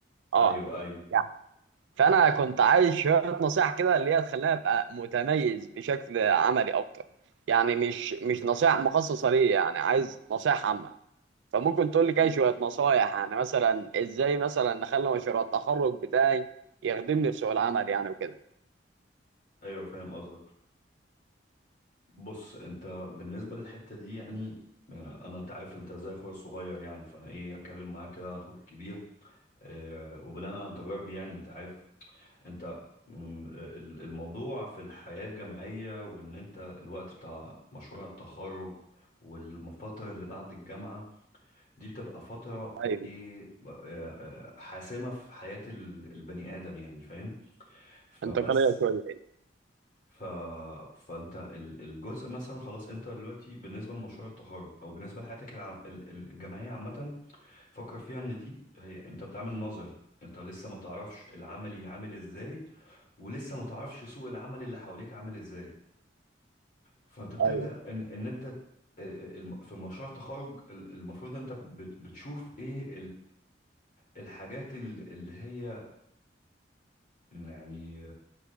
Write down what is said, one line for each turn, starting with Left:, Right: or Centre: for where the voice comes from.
Right: اه
Left: ايوه ايوه
Right: يعني فانا كنت عايز شويه نصايح كده اللي هي تخليني ابقى متميز بشكل عملي اكتر يعني مش مش نصايح مخصصه ليا يعني عايز نصايح عامه فممكن تقول لي كده شوية نصايح يعني مثلا ازاي مثلا نخلي مشروع التخرج بتاعي يخدمني في سوق العمل يعني وكده
Left: ايوه فاهم قصدك بص انت بالنسبة للحتة دي يعني آه، انا انت عارف انت زي اخويا الصغير يعني فانا ايه اتكلم معاك كده عن اخوك الكبير اه وبناء عن تجاربي يعني انت عارف انت مم، ال- الموضوع في الحياة الجامعية وان انت الوقت بتاع مشروع التخرج والفترة اللي بعد الجامعة دي بتبقى فترة
Right: ايوه
Left: ايه آه، آه، حاسمة في حياة ال- البني آدم يعني فاهم فبس
Right: انتقالية شوية
Left: ف... فانت ال- الجزء مثلا خلاص انت دلوقتي بالنسبة لمشروع التخرج او بالنسبة لحياتك الع... ال- ال- الجامعية عامة فكر فيها ان دي هي انت بتعمل نظري انت لسه ما تعرفش العملي عامل ازاي ولسه ما تعرفش سوق العمل اللي حواليك عامل ازاي فانت بتبدأ
Right: ايوه
Left: ان ان انت آه، آه، الم- في مشروع التخرج ال- المفروض انت بت- بتشوف ايه الحاجات ال- اللي هي يعني